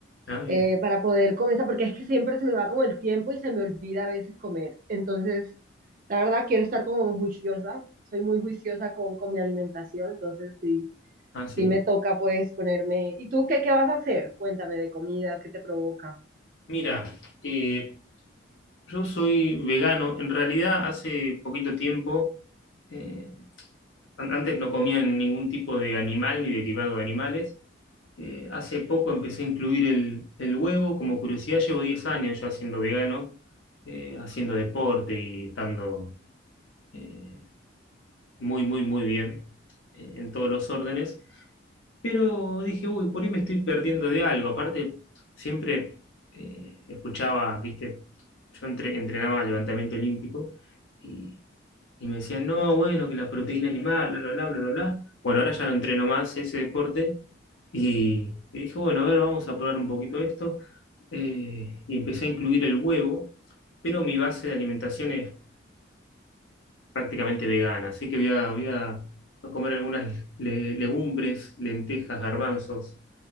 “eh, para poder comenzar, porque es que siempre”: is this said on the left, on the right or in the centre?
Right